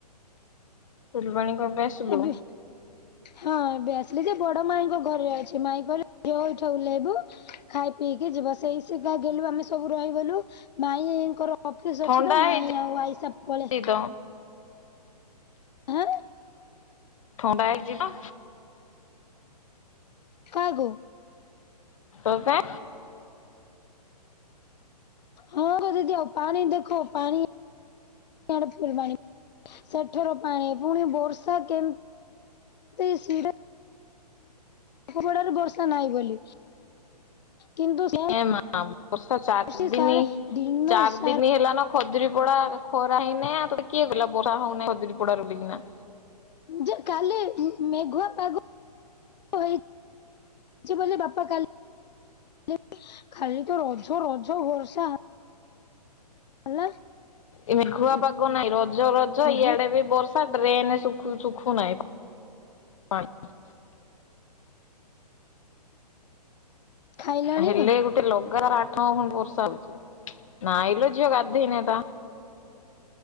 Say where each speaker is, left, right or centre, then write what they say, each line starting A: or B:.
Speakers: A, on the left; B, on the left.
A: ଫୁଲବାଣୀ କେବେ ଆସିଲୁ?
B: ଏବେ ହଁ ଏବେ ଆସିଲି ଯେ ବଡ ମାଇଁଙ୍କ ଘରେ ଅଛି, ମାଇଁ କହିଲେ ଝିଅ ଏଇଠି ଓହ୍ଲାଇବୁ ଖାଇ ପିଇକି ଯିବୁ। ତ ସେଇ ସୁଗା ଗେଲୁ ଆମେ ସବୁ ରହିଗଲୁ ମାଇଁଙ୍କର ଅଫିସ
A: ଥଣ୍ଡା
B: ଅଛି ତ ମାଇଁ
A: ହେଇଛି
B: ଆଉ ଆଈ ସବୁ ପଳେ
A: ତ
B: ଆଁ।
A: ଥଣ୍ଡା ହେଇଛି ତ
B: କାହାକୁ?
A: <unintelligible> ବେ।
B: ହଁ ବା ଦିଦି ଅ ପାଣି ଦେଖ ପାଣି ଆଡେ ଫୁଲବାଣୀ ସେଠାର ପାଣି ପୁଣି ବର୍ଷା କେମ ତ ସିଡା। <unintelligible> ବର୍ଷା ନାହିଁ ବୋଲି। କିନ୍ତୁ ସେ
A: ଏ ମା ବର୍ଷା ଚାର
B: ବର୍ଷେ
A: ଦିନି
B: ସାରା ଦିନ
A: ଚାରଦିନି
B: ସାରା
A: ହେଲା ନା ଖଜୁରୀ ପୋଡା ଖରା ହେଇନେ ଏପଟେ କିଏ ବିଲ ବର୍ଷା ହଉନେଇ ଖଜୁରୀ ପଡା ରୁଲିକିନା।
B: ମେ କାଲି ମେ-ମେଘୁଆ ପାଗ ହେଇ ସିଏ କହିଲେ ବାପା କାଲ ଖାଲି ତ ରଝ ରଝ ବର୍ଷା। ହେଲା।
A: ଏ ମେଘୁଆ
B: ହେ
A: ପାଗ ନାଇଁ ରଜ ରଜ
B: ପ୍ରଭୁ
A: ଇଆଡେ ବି ବର୍ ଡ୍ରେନେ ସୁଖୁ ସୁଖୁ ନାଇଁ ପାଣି।
B: ଖାଇଲାଣି
A: ହେଲେ ଗୋଟେ ଲଗାତର ଆଠ <unintelligible> ବର୍ଷା ହଉଚି, ନାଇଁ ଲୋ ଝିଅ ଗାଧେଇନି ତା।